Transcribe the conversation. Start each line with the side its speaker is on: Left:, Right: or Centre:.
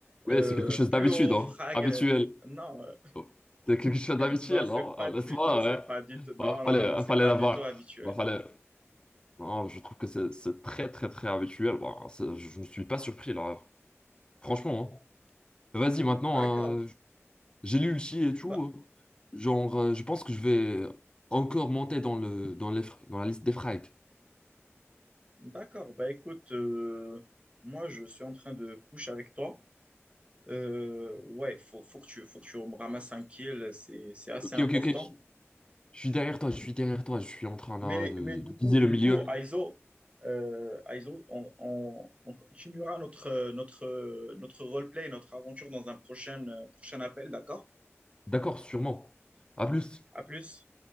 Left: Oui,
Right: euh,
Left: c'est quelque chose
Right: plus
Left: d'habitude,
Right: haut
Left: hein.
Right: frag.
Left: Habituel.
Right: Non, euh,
Left: Oh, C'est quelque chose
Right: <laughs>
Left: d'habituel,
Right: non, c'est
Left: non?
Right: pas du
Left: N'est-ce pas?
Right: tout, c'est
Left: Ouais.
Right: pas du tout.
Left: Bah,
Right: Non, non,
Left: fallait,
Right: non, non,
Left: hein,
Right: c'est
Left: fallait
Right: pas
Left: l'avoir.
Right: du tout habituel.
Left: Bah, fallait. Non, je trouve que c'est c'est très, très, très habituel. Bah, c'est- je ne suis pas surpris là. Franchement. hein. Vas-y, maintenant,
Right: D'accord,
Left: hein, J'ai lu aussi et tout.
Right: bah,
Left: hein. Genre, euh, je pense que je vais encore monter dans le, dans les, fr- dans la liste des frags.
Right: d'accord. Bah écoute, euh, moi je suis en train de push avec toi. Euh, ouais, faut, faut que tu, faut que tu me ramasses un kill, c'est, c'est assez
Left: Ok,
Right: important.
Left: ok, ok. Je je suis derrière toi, je suis derrière toi. Je suis en train
Right: Mais,
Left: là de,
Right: mais du
Left: de
Right: coup,
Left: viser le
Right: du
Left: milieu.
Right: coup, Aizo, euh, Aizo, on, on- on continuera notre, notre, notre roleplay, notre aventure dans un prochain, euh, prochain appel, d'accord?
Left: D'accord, sûrement. À plus.
Right: À plus.